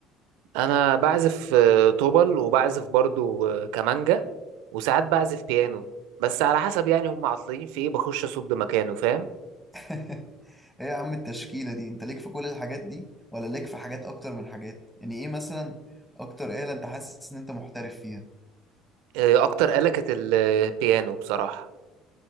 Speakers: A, on the right; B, in the centre.
A: انا بعزف آه، طبل وبعزف برضو آه، كمانجا وساعات بعزف بيانو بس على حسب يعني هم عطلين في ايه بخش اصد مكانه فاهم
B: <laughs> ايه يا عم التشكيلة دي انت ليك في كل الحاجات دي ولا ليك في حاجات اكتر من حاجات يعني ايه مثلا اكتر آلة انت حاسس ان انت محترف فيها
A: آه، اكتر آلة كانت البيانو بصراحة